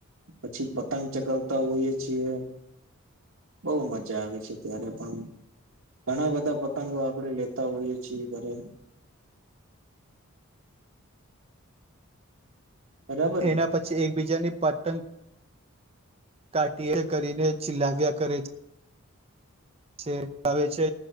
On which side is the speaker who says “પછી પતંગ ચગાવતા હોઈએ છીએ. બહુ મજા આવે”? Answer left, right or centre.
Right